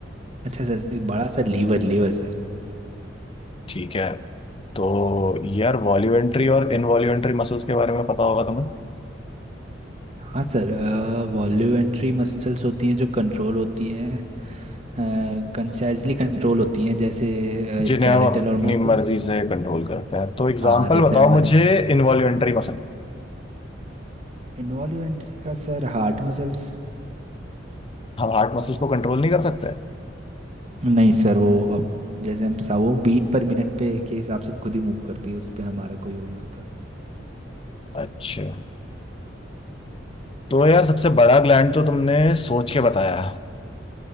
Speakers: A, on the right; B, on the left.
A: अच्छा सर एक बड़ा सा लीवर लीवर सर
B: ठीक है तो यार वॉल्यूमेंट्री और इनवॉल्यूमेंट्री मसल्स के बारे में पता होगा तुम्हें
A: हाँ सर वॉल्यूमेंट्री मसल्स होती हैं जो कंट्रोल होती हैं कंसाइजली कंट्रोल होती हैं जैसे
B: जिन्हें
A: स्केलेटल
B: हम अपनी
A: और मसल्स
B: मर्जी से कंट्रोल करते हैं तो एग्जाम्पल
A: हाँ जैसे
B: बताओ
A: हमारे
B: मुझे Involuntary muscle
A: इन्वॉल्यूमेंट्री का सर हार्ट मसल्स
B: हम हार्ट मसल्स को कंट्रोल नहीं कर सकते
A: नहीं सर वो अब जैसे हम सा वो बीट पर मिनट पे के हिसाब से खुद ही मूव करती है उस पे हमारा कोई वो नहीं होता
B: अच्छा तो यार सबसे बड़ा ग्लैंड तो तुमने सोच के बताया